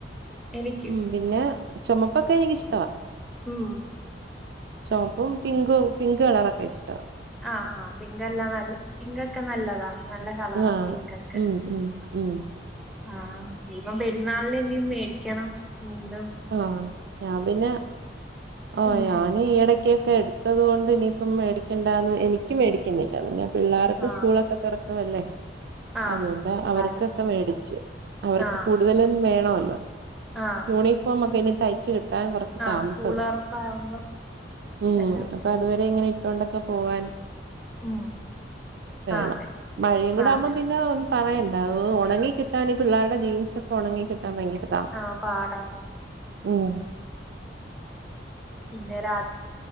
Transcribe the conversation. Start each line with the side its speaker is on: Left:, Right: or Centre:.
Centre: എനിക്കും
Right: ഉം പിന്നെ ചുമപ്പൊക്കെ എനിക്കിഷ്ടവാ
Centre: മ്മ്ഹ്
Right: ചുമപ്പും പിങ്കും പിങ്ക് കളറൊക്കെ ഇഷ്ട
Centre: ആഹ് ആഹ് പിങ്ക് എല്ലാം നല്ല പിങ്കൊക്കെ നല്ലതാ നല്ല കളറാ
Right: ആഹ്
Centre: പിങ്കൊക്കെ
Right: ഉം ഉം ഉം
Centre: ആഹ് ഇനി ഇപ്പം പെരുന്നാളിനി മേടിക്കണം എന്ത
Right: ആഹ് ഞാൻ പിന്നെ ആഹ്
Centre: ഉം
Right: ഞാൻ ഈ ഇട ക്കൊക്കെ എടുത്തത് കൊണ്ട് ഇനിയിപ്പം മേടിക്കേണ്ടാന്ന് എനിക്ക് മേടിക്കുന്നില്ല പിന്നെ പിള്ളേർക്ക്
Centre: ആ
Right: സ്കൂളൊക്കെ തുറക്കുവല്ലേ
Centre: ആ
Right: അതുകൊണ്ട്
Centre: പിള്ളാർക്ക്
Right: അവർക്കൊക്കെ മേടിച്ച് അവർക്ക്
Centre: ആ
Right: കൂടുതലും വേണവല്ലോ
Centre: ആ
Right: യൂണിഫോമൊക്കെ ഇനി തയ്ച്ച് കി ട്ടാൻ കുറച്ച്
Centre: ആ
Right: താമസം
Centre: സ്കൂൾ
Right: എടുക്കും
Centre: തുറപ്പാവുമ്പം
Right: മ്മ്ഹ്
Centre: എല്ലാം
Right: അപ്പൊ
Centre: വേണം
Right: അതുവരെ ഇങ്ങനെ ഇട്ടോണ്ടൊക്കെ പോവാൻ
Centre: ഉം
Right: വേണം
Centre: ആ അതെ
Right: മഴയും കൂടെ
Centre: ആ
Right: ആവുമ്പോ
Centre: അതെ
Right: പി ന്ന പറയണ്ട അത് ഉണങ്ങി കിട്ടാൻ പിള്ളേരുടെ ജീൻസൊക്കെ ഉണങ്ങി കിട്ടാൻ ഭയങ്കര
Centre: ആഹഹ് പാടാണ്
Right: മ്മ്ഹ്
Centre: പിന്നെ രാത്രി